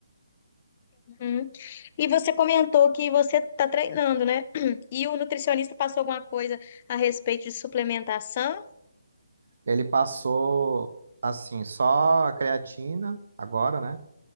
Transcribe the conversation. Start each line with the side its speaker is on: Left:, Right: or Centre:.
Left: Uhum. E você comentou que você está treinando, né? <clears throat> E o nutricionista passou alguma coisa a respeito de suplementação?
Right: Ele passou, assim, só a creatina agora, né,